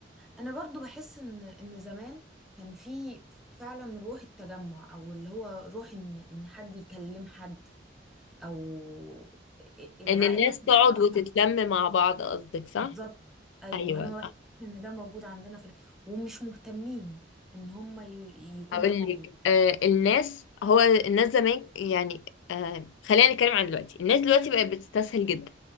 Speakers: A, in the centre; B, on the left (about 80°).
A: انا برضو بحس ان ان زمان كان في فعلا روح التجمع او اللي هو روح ان ان حد يكلم حد او العائلة
B: ان الناس
A: تتعرف
B: تقعد وتتلم مع بعض قصدك صح
A: بالظبط ايوه
B: ايوه
A: انا ما بحسش ان ده موجود عندنا في ومش مهتمين ان هم ي... يكون
B: هقول
A: ده موجود
B: لك آه الناس هو الناس زمان يعني آه خلينا نتكلم عن دلوقتي الناس دلوقتي بقت بتستسهل جدا